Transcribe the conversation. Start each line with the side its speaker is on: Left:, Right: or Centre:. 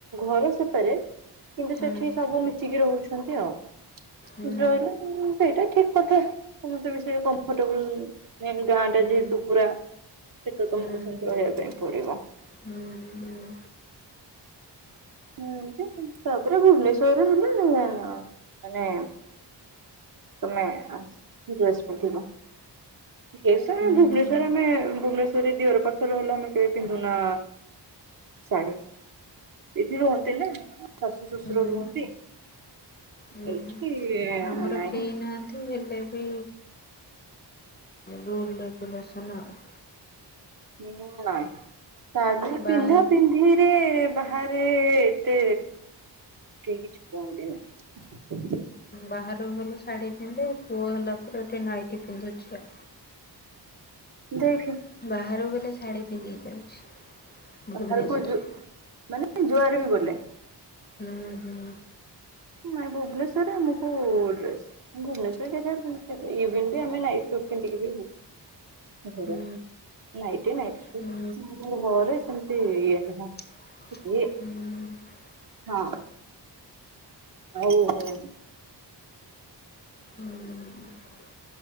Right: ଘର ସେପାରେଟ୍। କିନ୍ତୁ
Left: ହୁଁ
Right: ସେଠି ସବୁ ମିଶିକି ରହୁଛନ୍ତି ଆଉ।
Left: ହୁଁ
Right: ରହିଲେ ସେଇଟା ଠିକ୍ କଥା। ସମସ୍ତେ ବି ସେଇ କମ୍ଫର୍ଟବୁଲ ମେନ୍ ଗାଁ
Left: ହୁଁ
Right: ଟା ଯେହେତୁ ପୁରା ସେଟା
Left: ହୁଁ
Right: ତମକୁ ସେମତି ରହିବା ପାଇଁ ପଡିବ।
Left: ହୁଁ ହୁଁ।
Right: ହୁଁ ଯେ ତାପରେ ଭୁବନେଶ୍ଵରରେ ହେଲେ ମାନେ। ତମେ ଆସି ଡ୍ରେସ୍ ପିନ୍ଧିବ। କେଶରେ
Left: ହୁଁ
Right: ଭୁବନେଶ୍ଵର
Left: ହୁଁ
Right: ଆମେ ଭୁବନେଶ୍ୱରରେ ଦିଅର ପାଖରେ ରହିଲେ ଆମେ କେବେ ପିନ୍ଧୁନାଆ ଶାଢି ଏଠି ରୁହନ୍ତି ନା ଶାଶୁ, ଶଶୁର
Left: ହୁଁ
Right: ରୁହନ୍ତି।
Left: ହୁଁ
Right: ଏଇଠି
Left: ଆମର
Right: ନାଇଁ
Left: କେହି ନାହା ଏ ହେଲେ ବି ରୁଲ ରେଗୁଲେସନ୍ ଆଉ।
Right: ଉଁ ନାହିଁ ଶାଢି
Left: ବା
Right: ପିନ୍ଧା ପିନ୍ଧି ଏତେ ବାହାରେ ଏତେ କେହି କିଛି କୁହନ୍ତିନି।
Left: ବାହାରକୁ ଗଲେ ଶାଢ଼ୀ ପିନ୍ଧେ ପୁଅ ହେଲା ପରେ ଏଠି ନାଇଟି ପିନ୍ଧୁଛି ଆଉ।
Right: ଦେଖ।
Left: ବାହାରକୁ ଗଲେ ଶାଢ଼ୀ ପିନ୍ଧିକି ଯାଉଛି।
Right: ସକାଳେ
Left: ଭୁବନେଶ୍ଵରରେ।
Right: କୁଜ୍ ମାନେ ଜୁଆଡେ ବି ଗଲେ।
Left: ହୁଁ ହୁଁ।
Right: ନାଇଁ ଭୁବନେଶ୍ୱରରେ ଆମକୁ ଡ୍ରେସ। ଭୁବନେଶ୍ଵରଭି ବି ଆମେ ନାଇଟ୍ ପିନ୍ <unintelligible> <unintelligible>
Left: ହୁଁ
Right: ନାଇଟି ନାଇଟି
Left: ହୁଁ
Right: ସୁଟ୍ ଘରେ ସେମତି ଇଏ ନୁହଁ।
Left: ହୁଁ।
Right: ଇଏ ହଁ। ଆଉ ହଉ।
Left: ହୁଁ।